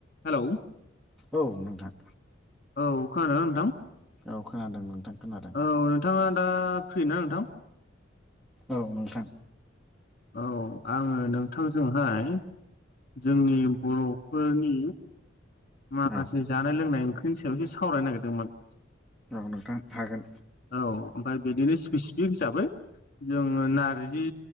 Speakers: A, on the left (about 50°); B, in the centre.
A: Hello
B: औ नोंथां
A: औ खोनादों ना नोंथां
B: औ खोनादों नोंथां खोनादों
A: औ नोंथाङा दा फ्रि ना नोंथां
B: औ नोंथां
A: औ आङो नोंथांजोंहाय जोंनि बर'फोरनि माखासे
B: औ
A: जानाय लोंनाय ओंख्रिनि सायावसो सावरायनो नागिरदोंमोन
B: औ नोंथां हागोन
A: औ ओमफ्राय बिदिनो स्पेसिफिक हिसाबै जोङो नारजि